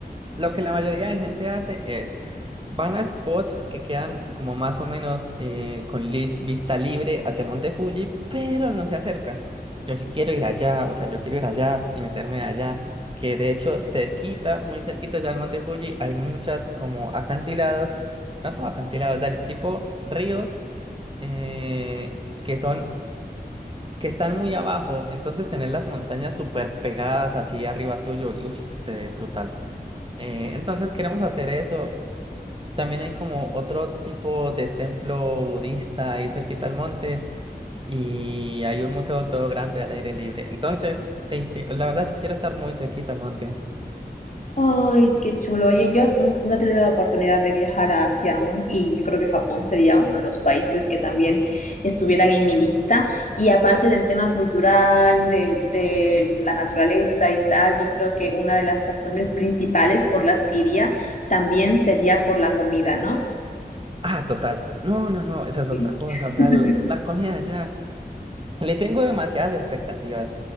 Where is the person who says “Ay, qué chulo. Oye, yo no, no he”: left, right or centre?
Left